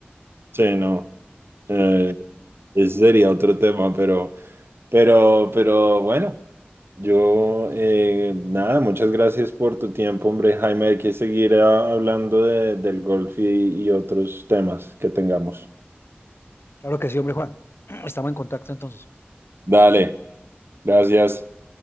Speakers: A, on the right; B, on the left.
A: sí, no. Eh, ese sería otro tema, pero. Pero, pero bueno, yo eh, nada, muchas gracias por tu tiempo, hombre, Jaime. Hay que seguir ah, hablando de- del golf y, y otros temas que tengamos.
B: Claro que sí, hombre Juan. <clears throat> Estamos en contacto entonces.
A: Dale, gracias.